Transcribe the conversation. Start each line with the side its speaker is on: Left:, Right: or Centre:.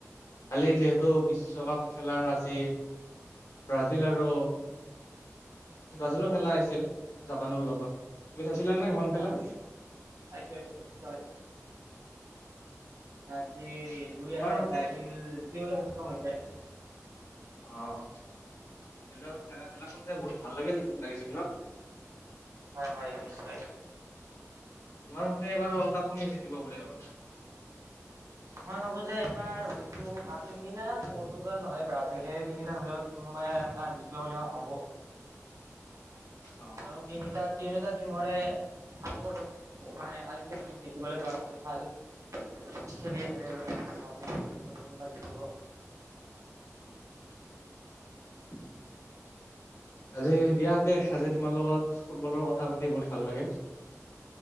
Left: খালি যিহেতু বিশ্বকাপ খেলাৰ আজি ব্ৰাজিল আৰু ব্ৰাজিলৰ খেলা আহছিল জাপানৰ লগত। তুমি চাইছিলা নে সেইখন
Right: হয়
Left: খেলা?
Right: নিশ্চয় চাইছো এইটো নিশ্চয় আজি দুই
Left: তোমাৰ
Right: একত
Left: মতে
Right: ব্ৰাজিল জিকিবলৈ সক্ষম হৈছে।
Left: অ খ খেলা খেলাখন চাই বহুত ভাল লাগিল লাগিছিল ন?
Right: হয় হয় নিশ্চয়
Left: তোমাৰ মতে এইবাৰ ৱৰ্ডকাপ কোনে জকিব বুলি ভাবা?
Right: মই ভাবো যে এইবাৰ হয়তো আৰ্জেণ্টিনা পৰ্টোগাল নহলে ব্ৰাজিলে তিনিটাৰ ভিতৰত কোনোব কোনোবা এটাই জিকিব বুলি মই ভাবোঁ।
Left: অ',
Right: ক তিনিটা তিনিওতাত টিমৰে ভাল পদ মানে ভাল খেল দেখিবলে পোৱা গৈছে ভাল খেলি আছে তেওঁলোকে ভাবো তেওঁলোকৰ কোনোবা জিকিব।
Left: <unintelligible> আজি দিয়া তে আজি তোমাৰ লগত ফুটবলৰ কথা পাতি বহুত ভাল লাগিল। <inaudible>